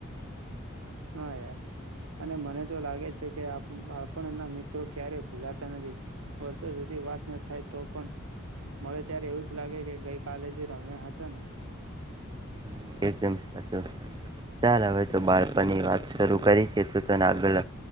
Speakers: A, on the right (about 75°); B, on the right (about 20°).
A: હા યાર અને મને તો લાગે છે કે બાળપણના મિત્રો ક્યારેય ભૂલાતા નથી વર્ષો સુધી વાત ન થાય તો પણ મળે ત્યારે એવું જ લાગે કે ગઈ કાલે જ રમ્યા હતા ને.
B: હમ્મ એકદમ સાચું ચાલ હવે તો બાળપણની વાત શરૂ કરી છે આગળ